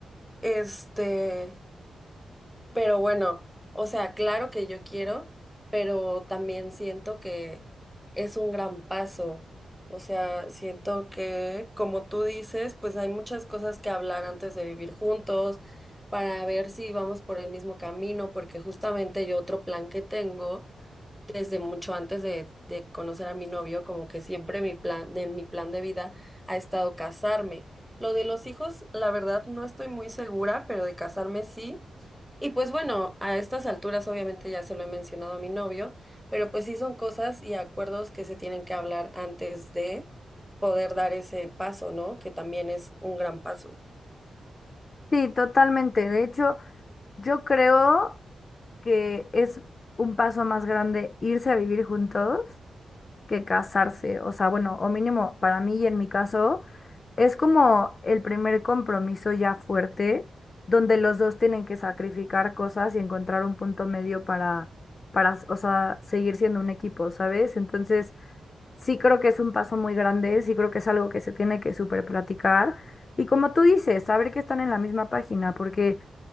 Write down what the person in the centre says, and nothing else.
Este, pero bueno, o sea, claro que yo quiero, pero también siento que es un gran paso. O sea, siento que, como tú dices, pues hay muchas cosas que hablar antes de vivir juntos para ver si vamos por el mismo camino, porque justamente yo otro plan que tengo desde mucho antes de, de conocer a mi novio, como que siempre mi plan, en mi plan de vida ha estado casarme. Lo de los hijos, la verdad, no estoy muy segura, pero de casarme sí. Y pues bueno, a estas alturas obviamente ya se lo he mencionado a mi novio, pero pues sí son cosas y acuerdos que se tienen que hablar antes de poder dar ese paso, ¿no? Que también es un gran paso.